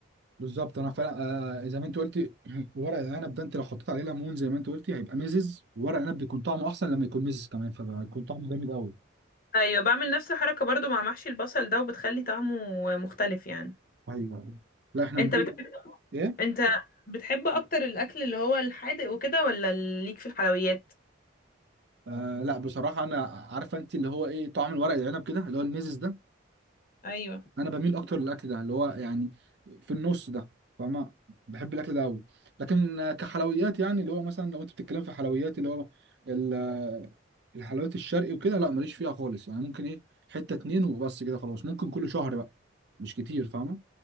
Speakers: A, on the right; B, on the left.
A: بالظبط انا فعلا آه زي ما انت قلتي <clears throat> ورق العنب ده انت لو حطيت عليه ليمون زي ما انت قلتي هيبقى مزز ورق العنب بيكون طعمه احسن لما يكون مزز كمان فبيكون طعمه جامد قوي
B: ايوه بعمل نفس الحركة برضو مع محشي البصل ده وبتخلي طعمه مختلف يعني
A: ايوه لا احنا
B: انت
A: ندوق
B: بتحب
A: ايه
B: انت بتحب اكتر الاكل اللي هو الحادق وكده ولا ليك في الحلويات
A: آه لا بصراحه انا عارفه انت اللي هو ايه طعم الورق العنب كده اللي هو المزز ده
B: ايوه
A: انا بميل اكتر للاكل ده اللي هو يعني في النص ده فاهمة بحب الاكل ده قوي لكن آه، كحلويات يعني اللي هو مثلا لو انت بتتكلم في حلويات اللي هو ال- آه، الحلويات الشرقي وكده لا ماليش فيها خالص يعني ممكن ايه حتة اتنين وبس كده خلاص ممكن كل شهر بقى مش كتير فاهمة